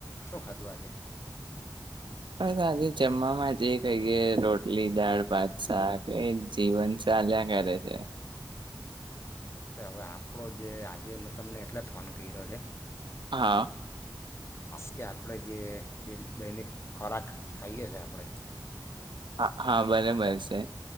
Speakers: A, on the left; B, on the right.
A: શું ખાધું આજે
B: બસ આજે જમવામાં જે કહીએ રોટલી દાળ ભસાા કે એ જીવન ચાલ્યા કરે છે
A: અચ્છા હવે આપણો જે આજે મેં તમને એટલે ફોન કર્યો છે
B: હા
A: કે આપણેે જે દૈનિક ખોરાક ખાઈએ છે આપણેે
B: હા હા બલેબર છે